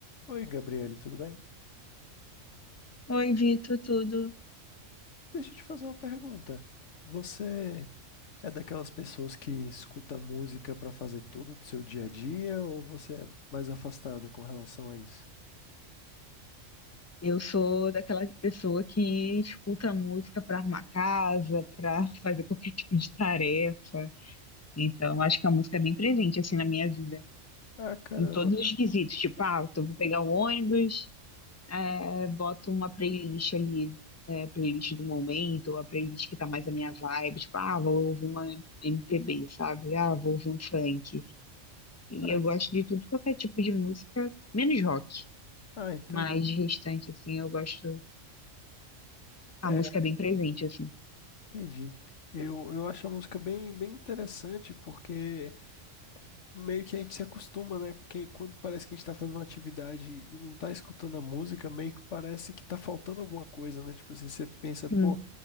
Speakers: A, on the left; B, on the left.
A: Oi, Gabriele, tudo bem?
B: Oi, Vitor, tudo?
A: Deixa eu te fazer uma pergunta. Você é daquelas pessoas que escuta música pra fazer tudo do seu dia a dia ou você é mais afastada com relação a isso?
B: Eu sou daquela pessoa que escuta música para arrumar casa, para <laughs> fazer qualquer tipo de tarefa. Então, acho que a música é bem presente assim na minha vida,
A: Ah, caramba.
B: em todos os quesitos. Tipo, ah, eu tô- vou pegar o ônibus, eh, boto uma playlist ali, eh, playlist do momento, ou a playlist que tá mais a minha vibe. Tipo, ah, vou ouvir uma MPB, sabe? Ah, vou ouvir um funk. E
A: Ah,
B: eu
A: en-
B: gosto de tudo, qualquer tipo de música, menos rock.
A: ah, entendi.
B: Mas de restante, assim, eu gosto
A: É,
B: A música é bem presente, assim.
A: entendi. Eu, eu acho a música bem, bem interessante porque meio que a gente se acostuma, né? Porque quando parece que a gente tá fazendo uma atividade e não tá escutando a música, meio que parece que tá faltando alguma coisa, né? Tipo assim, você pensa, pô,
B: Sim,